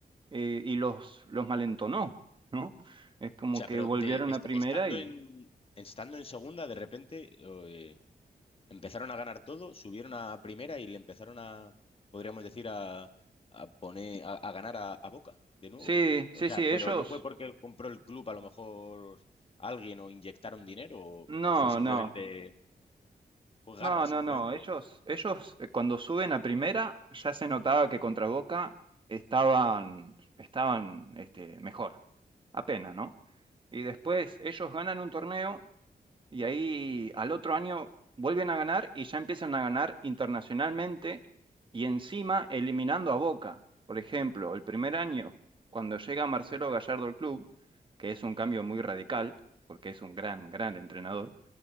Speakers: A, on the right; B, on the left.
A: eh, y los, los malentonó, ¿no? Es como
B: O sea,
A: que
B: pero
A: volvieron
B: de, est-
A: a primera
B: estando
A: y...
B: en, estando en segunda, de repente eh, empezaron a ganar todo, subieron a primera y le empezaron a, podríamos decir, a, a poner, a, a ganar a, a Boca de nuevo.
A: Sí, sí,
B: O sea,
A: sí, ellos
B: pero no fue porque compró el club a lo mejor alguien o inyectaron dinero o
A: No,
B: o fue simplemente
A: no,
B: Pues
A: no,
B: garra, simplemente.
A: no, no. Ellos, ellos eh, cuando suben a primera ya se notaba que contra Boca estaban, estaban este, mejor, apenas, ¿no? Y después ellos ganan un torneo y ahí al otro año vuelven a ganar y ya empiezan a ganar internacionalmente y encima eliminando a Boca. Por ejemplo, el primer año, cuando llega
B: sí,
A: Marcelo
B: sí.
A: Gallardo al club, que es un
B: Mm,
A: cambio muy radical, porque es un gran, gran entrenador.